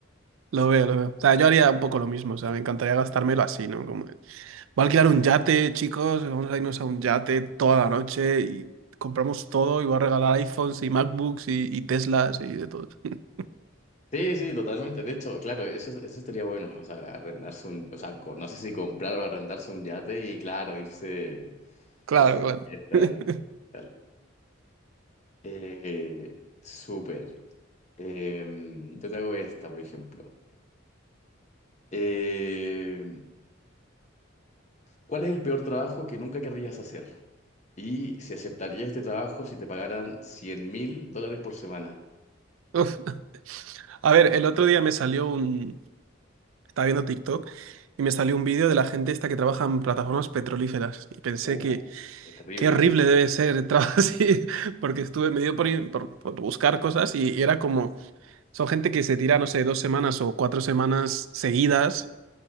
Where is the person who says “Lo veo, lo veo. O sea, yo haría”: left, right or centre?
Right